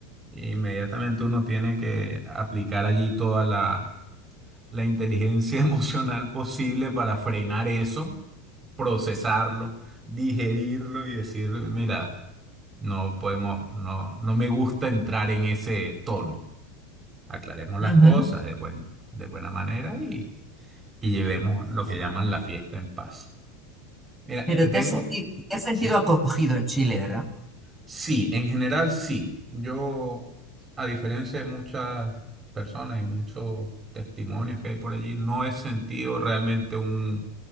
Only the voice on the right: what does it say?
Inmediatamente uno tiene que aplicar allí toda la la inteligencia <laughs> emocional posible para frenar eso, procesarlo, digerirlo y decir, mira, no podemos, no, no me gusta entrar en ese tono. Aclaremos las
cosas de buen- de buena manera y, y llevemos lo que llaman la fiesta en paz. Mira,
te tengo,
¿sí?
Sí, en general sí. Yo, a diferencia de muchas personas y muchos testimonios que hay por allí, no he sentido realmente un,